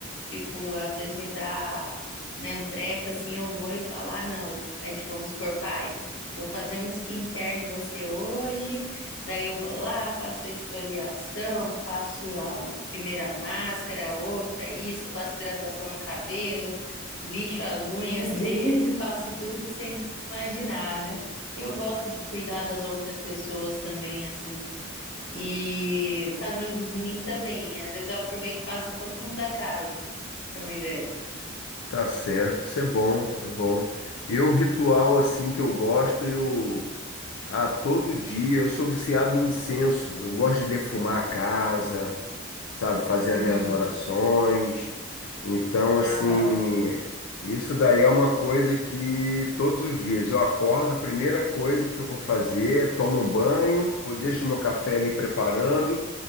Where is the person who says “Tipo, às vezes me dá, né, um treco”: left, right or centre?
Left